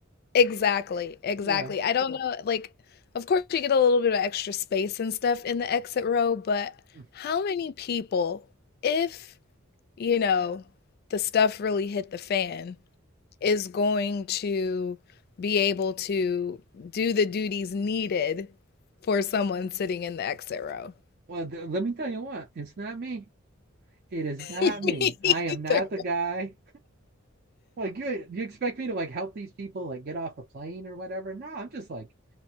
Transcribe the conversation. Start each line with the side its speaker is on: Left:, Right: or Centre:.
Left: Exactly, exactly.
Right: Yeah.
Left: I don't Yeah. know, like, of course you get a little bit of extra space and stuff in the exit row, but
Right: Mm.
Left: how many people, if, you know, the stuff really hit the fan, is going to be able to do the duties needed for someone sitting in the exit row?
Right: Well, th- let me tell you what, it's not me. It is not
Left: <laughs>
Right: me.
Left: Me
Right: I am
Left: either.
Right: not the guy Like you, you expect me to like help these people like get off the plane or whatever? No, I'm just like,